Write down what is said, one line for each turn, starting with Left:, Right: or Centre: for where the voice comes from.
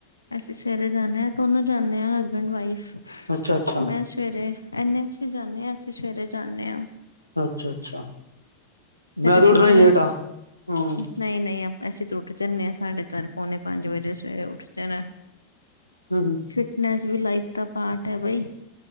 Left: ਅਸੀਂ ਸਵੇਰੇ ਜਾਂਦੇ ਹਾਂ ਦੋਨੋ ਜਾਂਦੇ ਹਾਂ ਹਸਬੈਂਡ ਵਾਈਫ।
Right: ਅੱਛਾ ਅੱਛਾ
Left: ਮੈਂ ਸਵੇਰੇ ਐਨ ਐਫ ਸੀ ਜਾਂਨੇ ਹਾਂ ਅਸੀਂ ਸਵੇਰੇ ਜਾਂਨੇ ਹਾਂ।
Right: ਅੱਛਾ, ਅੱਛਾ ਮੈਂ
Left: ਕਦੇ
Right: ਤਾਂ
Left: ਛੁੱਟੀਆਂ
Right: ਉੱਠਣਾ ਹੀ ਲੇਟ
Left: ਚ
Right: ਆ। ਹੂੰ।
Left: ਨਹੀਂ ਨਹੀਂ ਅਸੀਂ ਤਾਂ ਉੱਠ ਜਾਂਦੇ ਹਾਂ ਸਾਡੇ ਚਰ ਪਉਣੇ ਪੰਜ ਵਜੇ ਸਵੇਰੇ ਉੱਠਦੇ ਆ
Right: ਹੂੰ
Left: ਫਿਟਨੈਸ ਵੀ ਲਾਈਫ ਦਾ ਪਾਰਟ ਹੈ ਬਾਈ